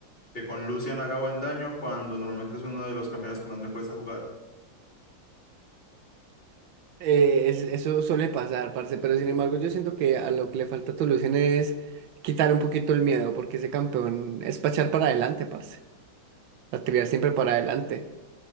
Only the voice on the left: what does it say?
que con Lucian haga buen daño cuando normalmente es uno de los campeones que más me cuesta jugar.